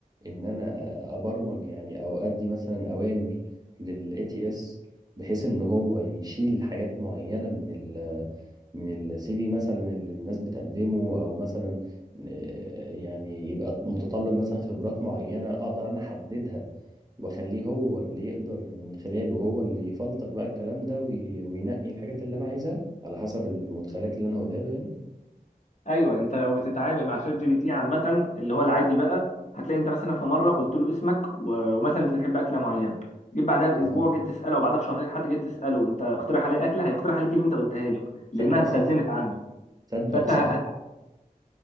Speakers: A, on the right (about 25°); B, on the left (about 50°).
A: ان انا ابرمج يعني او ادي مثلا اوامر للاي تي اس بحيث ان هو يشيل حاجات معينه من ال من السي في مثلا اللي الناس بتقدمه او مثلا آه، يعني يبقى متطلب مثلا خبرات معينه اقدر انا احددها واخليه هو اللي يقدر من خلاله هو اللي يفلتر بقى الكلام ده وي- وينقي الحاجات اللي انا عايزها على حسب المدخلات اللي انا هقولها له يعني
B: ايوه انت لو بتتعامل مع شات جي بي تي عامه اللي هو العادي بقى هتلاقي انت مثلا في مره قلت له اسمك و- ومثلا انت بتحب اكله معينه جيت بعدها باسبوع
A: اه
B: جيت تساله او بعدها بشهرين حتى جيت تساله انت اقترح عليا اكله هيقترح عليك اللي انت قلتها له لانها
A: تصدق
B: اتخزنت
A: صح
B: عنه
A: تصدق
B: فانت
A: صح
B: ه-